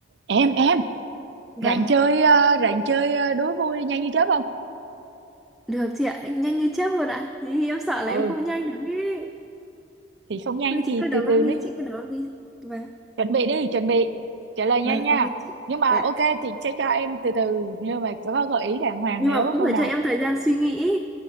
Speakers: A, on the right; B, in the centre.
A: em em
B: Vâng,
A: rảnh chơi ờ, rảnh chơi ờ, đố vui nhanh như chớp không
B: được chị ạ, anh nhanh như chớp luôn ạ. Thì em sợ là
A: ừ
B: em không nhanh được ấy.
A: thì không nhanh
B: Thôi
A: thì
B: chị cứ đấu
A: từ từ
B: em đi,
A: nó
B: chị cứ đấu em đi. Vâng,
A: chuẩn bị đi chuẩn bị trả lời nhanh
B: vâng,
A: nha
B: ok chị.
A: nhưng mà
B: Dạ.
A: ok chị sẽ cho em từ từ nhưng mà có gợi ý đàng hoàng
B: Nhưng
A: nếu
B: mà cũng
A: câu
B: phải
A: nào
B: cho em thời gian suy nghĩ.